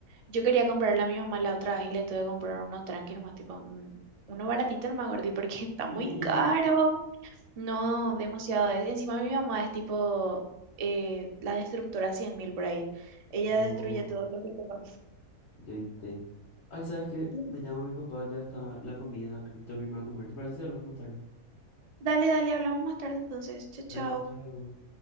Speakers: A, on the right (about 70°); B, on the left (about 55°).
A: Yo quería comprarle a mi mamá la otra vez y le tuve que comprar uno tranqui nomás, tipo, mm, uno baratito nomás, gordi, porque <laughs> está muy
B: <laughs>
A: caro. No, demasiado es. Encima mi mamá es tipo eh, la destructora 100.000 por ahí. Ella
B: Yo,
A: destruye todo lo que toca.
B: yo y té. Ay, ¿sabes qué?
A: <laughs>
B: Me llama mi papá, ya está la comida, creo que tengo que irme a comer. ¿Te parece si hablamos más tarde?
A: Dale, dale, hablamos más tarde entonces. Chao, chao.
B: Dale, chao.